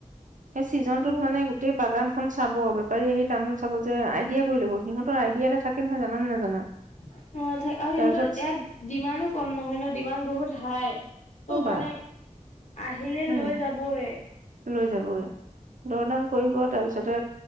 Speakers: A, on the right (about 75°); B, on the left (about 60°).
A: সেই চিজনতটোত
B: বহুত
A: মানে গোটেই বাগানখন চাব বেপাৰী আহি তামোল চাব যে আইডিয়া কৰি লব' সিহঁতৰ আইডিয়া এটা থাকে নহয় জানা নে নাজানা
B: অ থা আৰু
A: তাৰপিছত
B: ইহঁতৰ ইয়াত ডিমাণ্ড কম নহয় ন ডিমাণ্ড বহুত হাই ত'
A: অ বা
B: মানে আহিলে
A: উম
B: লৈ যাবই
A: লৈ যাবগে দৰদাম কৰিব তাৰ পিছতে